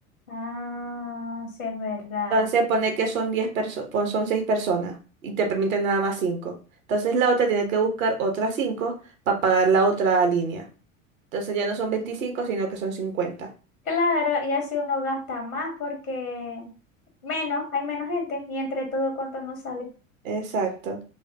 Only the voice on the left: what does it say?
Ah, sí es verdad.
Claro, y así uno gasta más porque menos, hay menos gente y entre todo cuánto no sale.